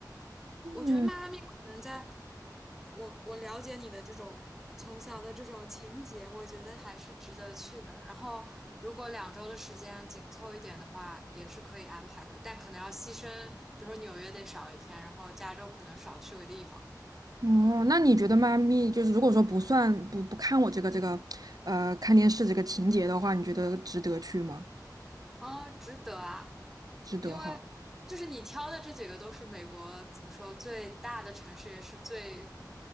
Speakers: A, in the centre; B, on the right (about 60°).
A: 我觉得迈阿密可能在
B: 嗯，
A: 我我了解你的这种从小的这种情节，我觉得还是值得去的。然后，如果两周的时间紧凑一点的话，也是可以安排的，但可能要牺牲，比如说纽约得少一天，然后加州可能少去个地方。
B: 哦，那你觉得迈阿密就是如果说不算不不看我这个这个呃看电视这个情节的话，你觉得值得去吗？
A: 啊，值得啊，
B: 值得哈。
A: 因为就是你挑的这几个都是美国怎么说最大的城市，也是最